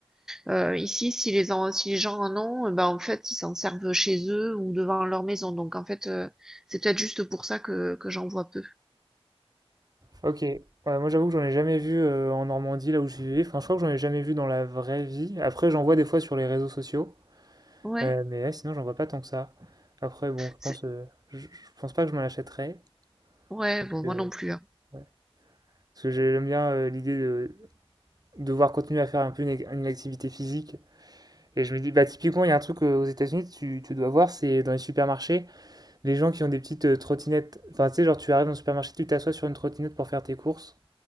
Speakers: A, in the centre; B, on the right.
A: Euh, ici, si les, en- si les gens en ont, euh, bah, en fait, ils s'en servent chez eux ou devant leur maison. Donc, en fait, euh, c'est peut-être juste pour ça que, que j'en vois peu.
B: Ok. Ouais, moi j'avoue que j'en ai jamais vu euh, en Normandie là où je vivais. Enfin, je crois que j'en ai jamais vu dans la vraie vie. Après, j'en vois des fois sur les réseaux sociaux.
A: Ouais,
B: Euh, mais ouais, sinon, j'en vois pas tant que ça. Après, bon, je
A: c'est-
B: pense, euh, je, je pense pas que je m'en achèterais.
A: ouais,
B: Parce
A: bon,
B: que,
A: moi non plus. hein.
B: ouais. Parce que j'aime bien euh, l'idée de de devoir continuer à faire un peu une, une activité physique. Et je me dis, bah, typiquement, il y a un truc euh, aux États-Unis, tu, tu dois voir, c'est dans les supermarchés, les gens qui ont des petites euh, trottinettes. Enfin, tu sais, genre, tu arrives dans le supermarché, tu t'assois sur une trottinette pour faire tes courses.